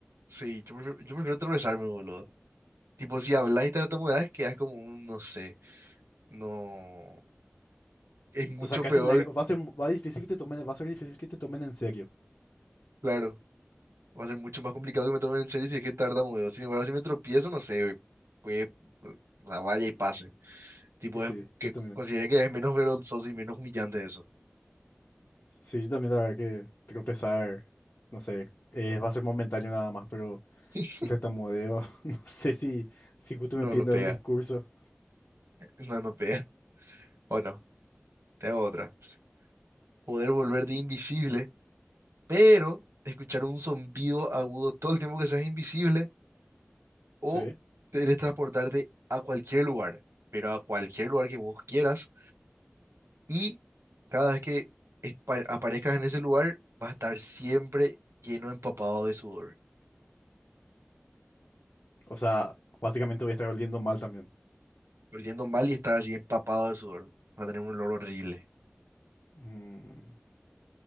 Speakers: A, on the right (about 80°); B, on the left (about 65°).
A: Sí, yo prefiero, yo prefiero tropezarme, boludo. Tipo, si hablas y tartamudeas, quedas como un, no sé. No. Es mucho
B: O sea, casi
A: peor,
B: nadie- va a ser, va a difícil que te tomen, va a ser difícil que te tomen en serio.
A: claro. Va a ser mucho más complicado que me tomen en serio si es que tartamudeo. Sin embargo, si me tropiezo, no sé, pues la valla y pase. Tipo,
B: Y sí,
A: es que
B: yo también.
A: consideraría que es menos vergonzoso y menos humillante eso.
B: Sí, yo también la verdad que tropezar, no sé, eh, va a ser momentáneo nada más, pero
A: <laughs>
B: el tartamudeo, <laughs> no sé si, si justo me
A: No,
B: piden
A: no
B: dar
A: pega.
B: un discurso.
A: No, no pega. Bueno, te hago otra. Poder volverte invisible pero escuchar un zumbido agudo todo el tiempo que seas invisible o
B: Sí.
A: teletransportarte a cualquier lugar, pero a cualquier lugar que vos quieras y cada vez que espa- aparezcas en ese lugar vas a estar siempre lleno, empapado de sudor,
B: O sea, básicamente voy a estar oliendo mal también.
A: oliendo mal y estar así empapado de sudor, vas a tener un olor horrible.
B: Mm,